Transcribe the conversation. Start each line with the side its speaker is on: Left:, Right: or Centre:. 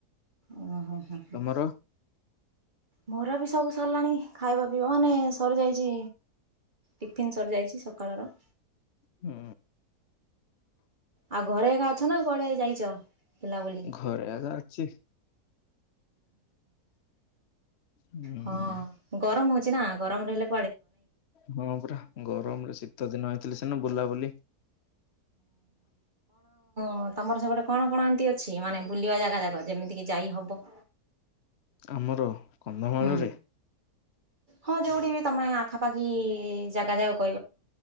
Right: ଓ ହୋ ହ
Left: ତମର?
Right: ମୋର ବି ସବୁ ସରିଲାଣି ଖାଇବା ମାନେ ସରିଯାଇଛି, ଟିଫିନ୍ ସରିଯାଇଛି ସକାଳର।
Left: ହୁଁ।
Right: ଆଉ ଘରେ ଏକା ଅଛ ନା କୁଆଡେ ଯାଇଚ ବିଲାବୁଲି
Left: ଘରେ ଆକା ଅଛି ହୁଁ।
Right: ହଁ ଗରମ ହଉଛି ନା ଗରମ ରହିଲେ।
Left: ହଁ ପୁରା ଗରମରେ ଶୀତ ଦିନ ହେଇଥିଲି ସିନା ବୁଲାବୁଲି
Right: ହଁ ତମର ସେ ଗଟେ କଣ କଣ ଏମିତି ଅଛି ମାନେ ବୁଲିବା ଜାଗା ଯାକ ଯେମିତିକି ଯାଇ ହବ।
Left: ଆମର କନ୍ଧମାଳରେ
Right: ହୁଁ ହଁ ଯୋଉଠି ବି ତମେ ଆଖାପାଖି ଜାଗା ଜାଗା